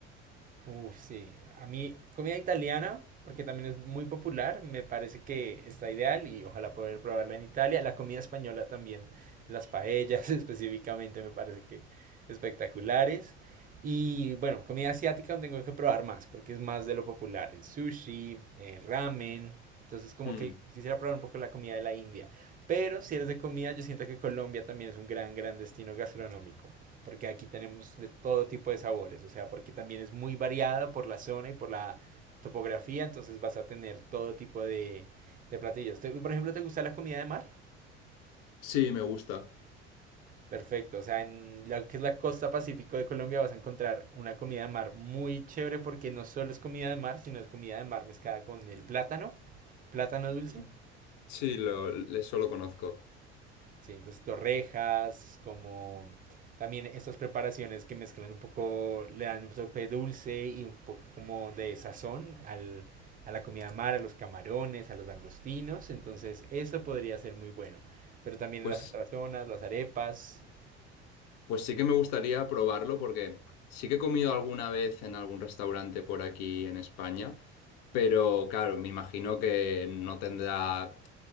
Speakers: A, on the right; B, on the left.
A: Uf, sí. A mí, comida italiana, porque también es muy popular, me parece que está ideal y ojalá poder probarla en Italia. La comida española también, las paellas <laughs> específicamente me parece que espectaculares. Y bueno, comida asiática donde tengo que probar más, porque es más de lo popular, el sushi, el ramen. Entonces como
B: Mm,
A: que quisiera probar un poco la comida de la India. Pero si eres de comida, yo siento que Colombia también es un gran, gran destino gastronómico, porque aquí tenemos de todo tipo de sabores, o sea, porque también es muy variada por la zona y por la topografía, entonces vas a tener todo tipo de, de platillos. Te- por ejemplo, ¿te gusta la comida de mar?
B: Sí, me gusta.
A: Perfecto, o sea, en lo que es la costa pacífico de Colombia vas a encontrar una comida de mar muy chévere porque no solo es comida de mar, sino es comida de mar mezclada con el plátano, plátano dulce,
B: Mm, Sí, lo, eso lo conozco.
A: Sí, entonces torrejas, como también estas preparaciones que mezclan un poco, le dan un toque dulce y un poco como de sazón al, a la comida mar, a los camarones, a los langostinos, entonces eso podría ser muy bueno. Pero también
B: Pues
A: en las otras zonas, las arepas,
B: Pues sí que me gustaría probarlo porque sí que he comido alguna vez en algún restaurante por aquí en España, pero claro, me imagino que no tendrá,